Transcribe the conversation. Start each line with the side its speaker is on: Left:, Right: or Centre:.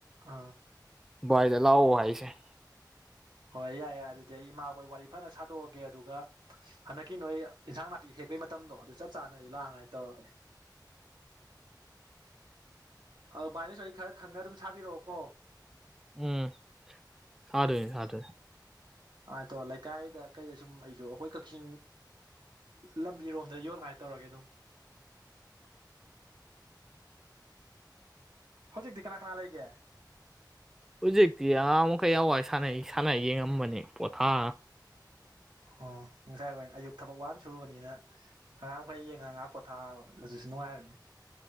Right: ꯑ
Centre: ꯂꯥꯛꯑꯣ ꯍꯥꯏꯁꯦ
Right: ꯍꯣꯏ ꯌꯥꯏ ꯌꯥꯏ ꯑꯗꯨꯗꯤ ꯑꯩ ꯏꯃꯥꯈꯣꯏ ꯋꯥꯔꯤ ꯐꯅ ꯁꯥꯗꯣꯛꯑꯒꯦ ꯑꯗꯨꯒ ꯍꯟꯗꯛꯀꯤ ꯅꯣꯏ ꯏꯟꯁꯥꯡ ꯅꯥꯄꯤ ꯍꯦꯛꯄꯒꯤ ꯃꯇꯝꯗꯣ ꯑꯗꯨ ꯆꯞ ꯆꯥꯅ ꯑꯩ ꯂꯥꯡꯉꯥꯏ ꯇꯧꯔꯒꯦ ꯑꯗꯨ ꯚꯥꯏꯅꯁꯨ ꯑꯩ ꯈꯔ ꯈꯪꯅ ꯑꯗꯨꯝ ꯁꯥꯕꯤꯔꯛꯑꯣꯀꯣ
Centre: ꯎꯝ ꯁꯥꯗꯣꯏꯅꯦ ꯁꯥꯗꯣꯏꯅꯦ
Right: ꯑꯗꯣ ꯂꯩꯀꯥꯏꯗ ꯀꯩꯗ ꯁꯨꯝ ꯑꯩꯁꯨ ꯑꯩꯈꯣꯏ ꯀꯛꯆꯤꯡ ꯂꯝꯕꯤꯔꯣꯝꯗ ꯌꯣꯜꯉꯥꯏ ꯇꯧꯔꯒꯦ ꯑꯗꯨꯝ ꯍꯧꯖꯤꯛꯇꯤ ꯀꯅꯥ ꯀꯅꯥ ꯂꯩꯒꯦ
Centre: ꯍꯨꯖꯤꯛꯇꯤ ꯑꯉꯥꯡ ꯃꯈꯩ ꯋꯥ ꯁꯥꯟꯅꯩ ꯁꯥꯟꯅ ꯌꯦꯡꯉꯝꯕꯅꯤ ꯄꯣꯊꯥ
Right: ꯑꯣ ꯉꯁꯥꯏ ꯋꯥꯏ ꯑꯌꯨꯛ ꯊꯕꯛ ꯋꯥꯅ ꯁꯨꯔꯨꯕꯅꯤꯅ ꯑꯉꯥꯡ ꯃꯈꯩ ꯌꯦꯡꯉꯒ ꯉꯥꯏꯍꯥꯛ ꯄꯣꯊꯥ ꯑꯗꯨꯁꯨ ꯅꯨꯡꯉꯥꯏꯕꯅꯤ꯫